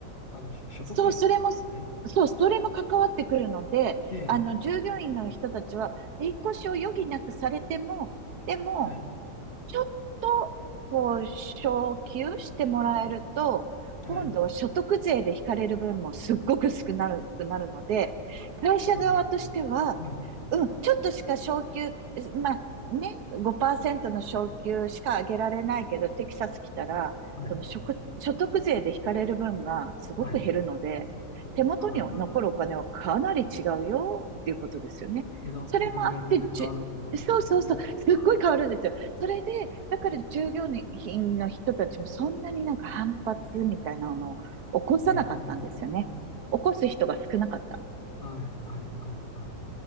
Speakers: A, on the left; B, on the right.
A: あの、所所得税ね。
B: そう、それも、そう、それも関わってくるので、
A: ええ、
B: あの、従業員の人たちは、引っ越しを余儀なくされても、でも、
A: はい、
B: ちょっと、こう、昇給してもらえると、今度は所得税で引かれる分もすっごく少なくなるので、
A: はい。あ、
B: 会社側としては、
A: より、はい、
B: うん、ちょっとしか昇給、まあね、5%の昇給しか上げられないけど、テキサス来たら、
A: はい、
B: その所得所得税で引かれる分がすごく減るので、
A: はい。
B: 手元に残るお金はかなり違うよっていうことですよね。
A: ああ、手取、
B: それもあって、
A: 手取りが全然変わるってことですね。
B: じゅそうそうそう、すっごい変わるんですよ。
A: あ、
B: それで、だから従業員の人たちもそんなになんか反発みたいなのを起こさなかったんですよね。
A: ええ、
B: 起こす人が少なかった。
A: はい、はい、
B: うん
A: はい、はい。